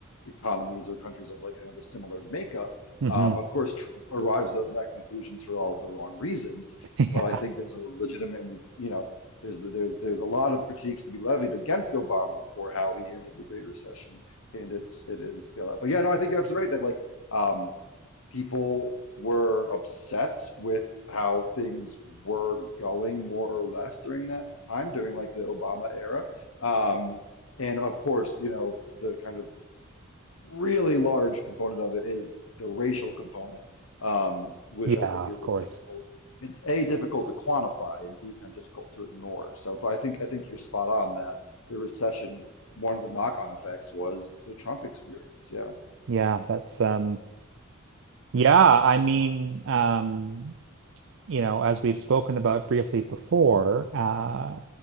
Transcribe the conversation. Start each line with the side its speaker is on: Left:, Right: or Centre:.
Left: economies or countries of like kind of a similar makeup.
Right: hmm
Left: Um, of course, Trump arrives at that conclusions for all the wrong reasons,
Right: <laughs> Yeah.
Left: but I think there's a legitimately, you know, there's there's there's a lot of critiques to be levied against Obama for how he handled the Great Recession and its it is bailout. But yeah, no, I think you're absolutely right that like um, people were upset with how things were going more or less during that time, during like the Obama era. Um, and of course, you know, the kind of really large component of it is the racial component, um, which
Right: Yeah,
Left: I think
Right: of
Left: is,
Right: course.
Left: is difficult. It's A, difficult to quantify and B, kind of difficult to ignore. So, but I think I think you're spot on that the recession, one of the knock-on effects was the Trump experience. Yeah.
Right: Yeah, that's um Yeah, I mean, um, you know, as we've spoken about briefly before, uh,